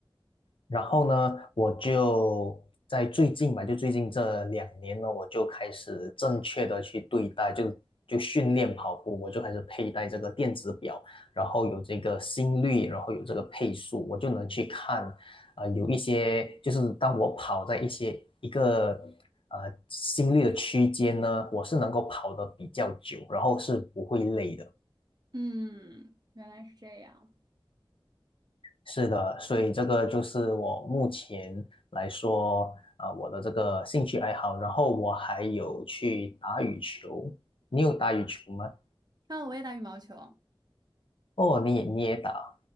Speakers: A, on the left; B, on the right.
A: 然后呢，我就在最近吧，就最近这两年呢，我就开始正确的去对待，就就训练跑步，我就开始佩戴这个电子表，然后有这个心率，然后有这个配速，我就能去看，呃，有一些就是当我跑在一些一个呃心率的区间呢，我是能够跑得比较久，然后是不会累的。
B: 嗯，原来是这样。
A: 是的，所以这个就是我目前来说啊、我的这个兴趣爱好。然后我还有去打羽球，你有打羽球吗？
B: 那我也打羽毛球，
A: 哦，你也你也打，